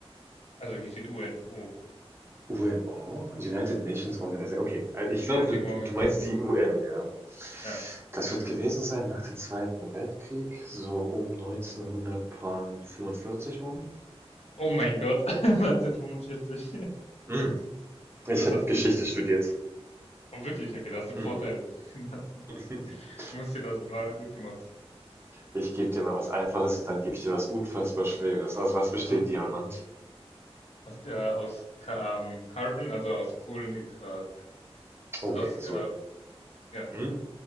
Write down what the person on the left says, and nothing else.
also hier steht UNO.
Ja,
ja
hier steht
Organization.
Ja, ich
denke
mal
schon.
Oh mein Gott, <laughs> 1945.
Das
hast
du gut.
Oh, wirklich, okay, da hast du einen
Vorteil.
<laughs> Da hast du einen Vorteil.
Muss dir das war gut gemacht.
Oh
Gott. Aus, der, aus Ca- ähm, Carbon, also aus Kohlenhydrat.
Also aus,
äh,
ja,